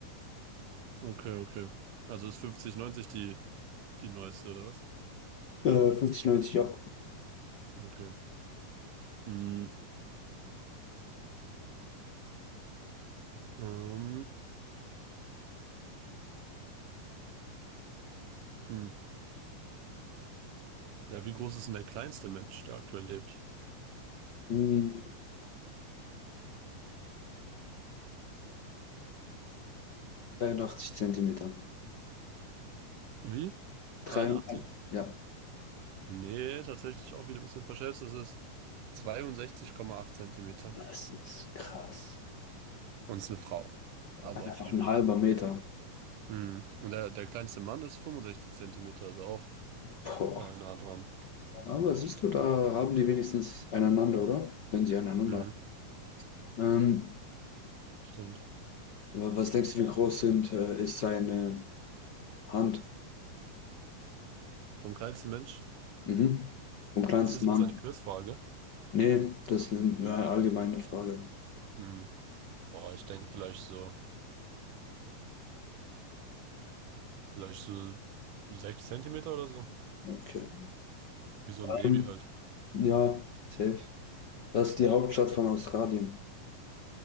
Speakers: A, on the right; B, on the left.
A: Okay, okay. Also ist 5090 die, die neueste, oder was?
B: Äh, fünfzig neunzig ja.
A: Okay. Mhm. Ähm, hm. Ja, wie groß ist denn der kleinste Mensch, der aktuell lebt?
B: Hm, 83 Zentimeter.
A: Wie?
B: 83,
A: 83?
B: ja.
A: Nee, tatsächlich auch wieder ein bisschen verschätzt. Es ist 62,8 Zentimeter.
B: Das ist krass.
A: Und es ist eine Frau. Aber,
B: Einfach
A: ja.
B: ein halber Meter.
A: Mhm. Und der, der kleinste Mann ist 65 Zentimeter, also auch
B: Boah.
A: äh, nah dran.
B: Aber siehst du, da haben die wenigstens einander, oder? Wenn sie einander.
A: Mhm.
B: Ähm,
A: Stimmt.
B: wa- was denkst du, wie groß sind, äh, ist seine Hand?
A: Vom kleinsten Mensch?
B: Mhm. Vom kleinsten
A: Ist das jetzt
B: Mann?
A: eine Quizfrage?
B: Nee, das ist eine allgemeine Frage.
A: Hm. Boah, ich denke vielleicht so, vielleicht so sechs Zentimeter oder so.
B: Okay.
A: Wie so ein Baby
B: Ähm,
A: halt.
B: ja, safe. Was ist die Hauptstadt von Australien?